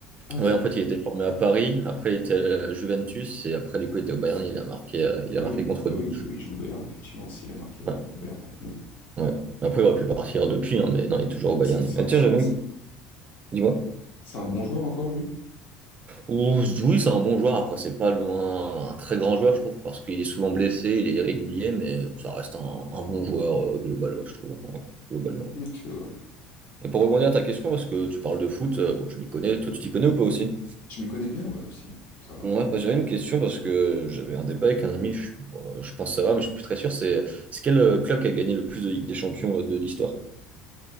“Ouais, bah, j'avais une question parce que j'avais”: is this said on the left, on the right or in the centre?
Right